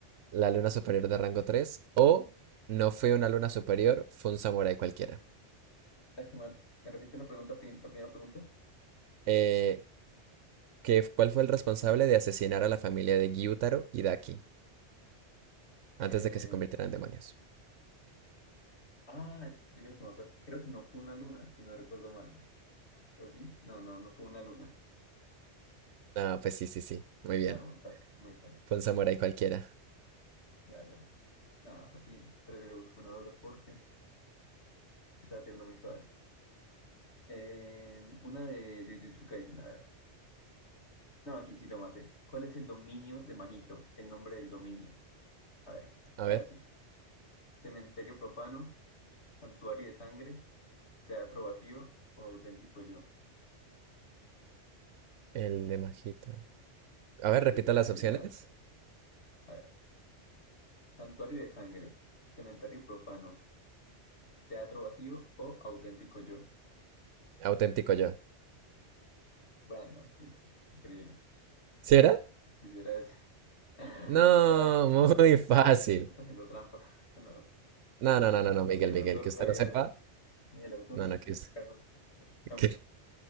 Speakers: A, on the right (about 85°); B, on the left (about 65°).
A: la luna superior de rango 3. O no fue una luna superior, fue un samurái cualquiera.
B: Las que más... ¿Me repite la pregunta, prim- la primera pregunta?
A: Eh, ¿Qué- cuál fue el responsable de asesinar a la familia de Gyutaro y Daki
B: Eh,
A: antes de que se convirtieran en demonios?
B: ah, yo creo que me acuerdo. Creo que no fue una luna, si no recuerdo mal. ¿O sí? No, no, no fue una luna.
A: Ah, pues sí, sí, sí. Muy bien.
B: Ah, muy fácil, muy fácil.
A: Fue un samurái cualquiera.
B: Ya, ya. No, así, pero yo le busco una dura porque está tirando muy suave. Eh, una de Jujutsu Kaisen, a ver. No, aquí sí lo maté. ¿Cuál es el dominio de Majito? El nombre del dominio. A ver,
A: A
B: la
A: ver,
B: voy a decir. Cementerio profano, santuario de sangre, teatro vacío o auténtico yo.
A: el de Majito. A ver,
B: Si
A: repita
B: Adivina
A: las
B: ese
A: opciones.
B: ya. A ver. Santuario de sangre, cementerio profano, teatro vacío o auténtico yo.
A: Auténtico yo.
B: Bueno, sí, sí, increíble.
A: ¿Sí era?
B: Quisiera decir. <laughs>
A: No,
B: Usted está, nada,
A: muy
B: usted- usted-
A: fácil.
B: usted está haciendo trampa. <laughs> Usted
A: No, no, no, no, no,
B: No,
A: Miguel,
B: no, ni el
A: Miguel,
B: autor
A: que usted
B: sabía
A: no sepa.
B: eso. Ni el autor
A: No, no,
B: sabía
A: que, us-
B: eso, Carlos. Está haciendo trampa.
A: <laughs> que,